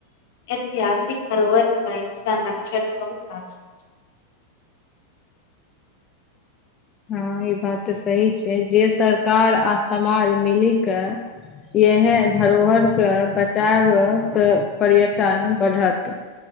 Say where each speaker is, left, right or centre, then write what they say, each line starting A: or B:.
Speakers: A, on the left; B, on the left.
A: ऐतिहासिक धरोहरके संरक्षण बहुत आवश्यक
B: हँ ई बात त सही छै जे सरकार आ समाज मिली क इहे धरोहर के बचाव त पर्यटन बढ़त